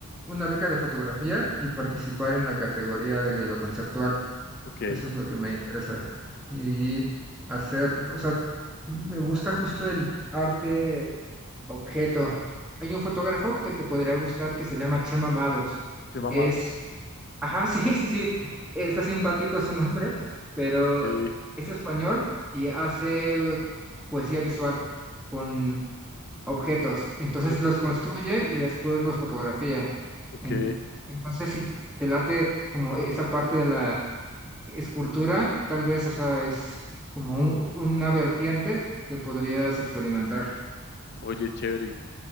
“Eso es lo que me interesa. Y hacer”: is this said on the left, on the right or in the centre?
Centre